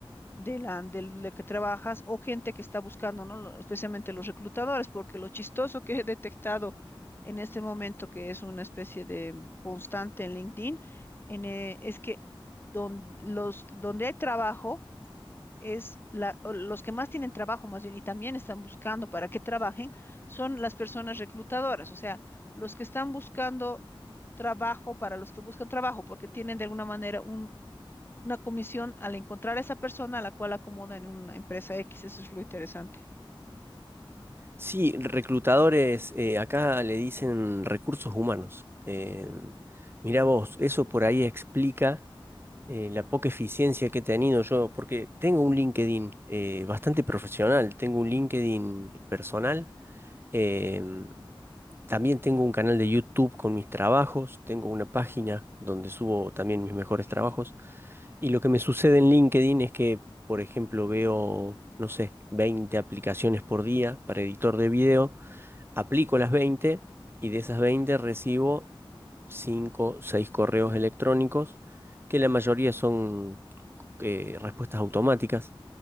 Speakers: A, on the left; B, on the right.
A: de la, del que trabajas o gente que está buscando, ¿no? Lo- Especialmente los reclutadores, porque lo chistoso que he detectado en este momento, que es una especie de constante en LinkedIn, en, eh, es que don- los, donde hay trabajo, es la, o los que más tienen trabajo, más bien, y también están buscando para que trabajen, son las personas reclutadoras, o sea, los que están buscando trabajo para los que buscan trabajo, porque tienen de alguna manera un una comisión al encontrar a esa persona a la cual acomoda en una empresa X. Eso es lo interesante.
B: Sí, reclutadores, eh, acá le dicen recursos humanos. Mira mirá vos, eso por ahí explica eh, la poca eficiencia que he tenido yo, porque tengo un LinkedIn eh, bastante profesional, tengo un LinkedIn personal, em, también tengo un canal de YouTube con mis trabajos, tengo una página donde subo también mis mejores trabajos, y lo que me sucede en LinkedIn es que, por ejemplo, veo, no sé, 20 aplicaciones por día para editor de video, aplico las 20 y de esas 20 recibo 5 6 correos electrónicos que la mayoría son eh, respuestas automáticas